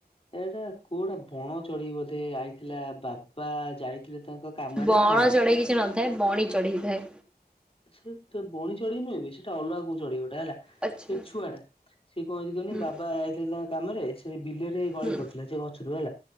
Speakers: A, on the left; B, in the centre.
A: ଏଟା କୋଉଟା ବଣ ଚଢ଼େଇ ବୋଧେ ଆଇଥିଲା ବାପା ଯାଇ ଯାଇଥିଲେ ତାଙ୍କ କାମରେ
B: ବଣ
A: ହେଲା।
B: ଚଢ଼େଇ କିଛି ନଥାଏ ବଣୀ ଚଢ଼େଇ ଥାଏ।
A: ସେ ବଣି ଚଢ଼େଇ ନୁହଁ ବେ ସେଟା ଅଲଗା କଉ ଚଢ଼େଇଟି ହେଲା।
B: ଆଚ୍ଛା
A: ସେ ଛୁଆ ଟା ସିଏ କଣ କହନି
B: ହୁଁ।
A: ବାବା ଯାଇଥିଲେ ତାଙ୍କ କାମରେ ସେ ବିଲରୁ ଗଳି
B: ହୁଁ
A: ପଡ଼ିଥିଲେ ସେ ଗଛରୁ ହେଲା